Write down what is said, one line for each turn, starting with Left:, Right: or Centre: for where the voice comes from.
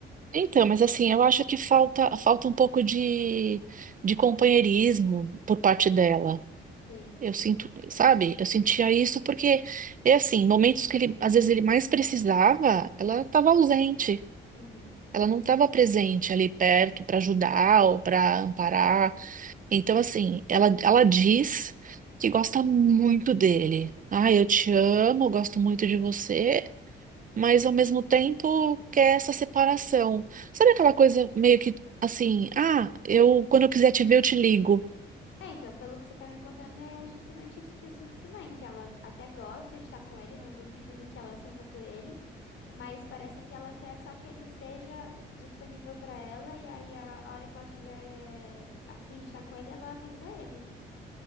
Right: Então, mas assim, eu acho que falta, falta um pouco de, de companheirismo por parte dela.
Left: Sim.
Right: Eu sinto, sabe? Eu sentia isso porque é assim, momentos que ele, às vezes ele mais precisava, ela estava ausente.
Left: Uhum.
Right: Ela não estava presente ali perto para ajudar ou para amparar. Então, assim, ela, ela diz que gosta muito dele. Ah, eu te amo, eu gosto muito de você, mas ao mesmo tempo quer essa separação. Sabe aquela coisa meio que assim, ah, eu quando eu quiser te ver, eu te ligo.
Left: É, então, pelo que você tá me contando, é justamente isso que eu sinto também, que ela até gosta de estar com ele, não duvido do que ela sinta por ele, Mas parece que ela quer só que ele esteja disponível pra ela e aí a a hora que ela tiver a fim de estar com ele, ela avisa ele.